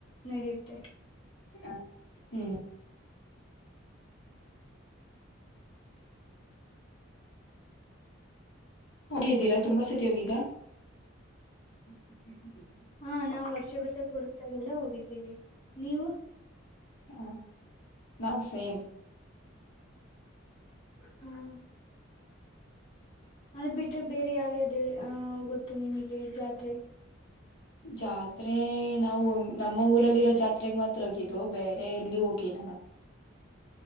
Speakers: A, on the left; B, on the left.
A: ನಡೆಯುತ್ತೆ
B: ಹ ಹ್ಮ್ ಹೋಗಿದ್ದೀರಾ ತುಂಬಾ ಸತಿ ಹೋಗಿದ್ದೀಯಾ <unintelligible>
A: ಹಾ ನಾವು ವರ್ಷ ಬಿಟ್ಟ ಕೂರ್ತಾಗಲ್ಲ ಹೋಗಿದ್ದೀವಿ ನೀವು
B: ಹಾ ನಾವ್ ಸೇಮ್
A: ಹ್ಮ್ ಅದು ಬಿಟ್ರೆ ಬೇರೆ ಯಾವ್ಯ್ದ ಆ ಗೊತ್ತು ನಿಮಗೆ ಜಾತ್ರೆ
B: ಜಾತ್ರೆ ನಾವು ನಮ್ಮ ಊರಲ್ಲಿರೋ ಜಾತ್ರೆಗ್ ಮಾತ್ರ ಹೋಗಿದ್ದು ಬೇರೆ ಎಲ್ಲಿ ಹೋಗಿಲ್ಲ ನಾವ್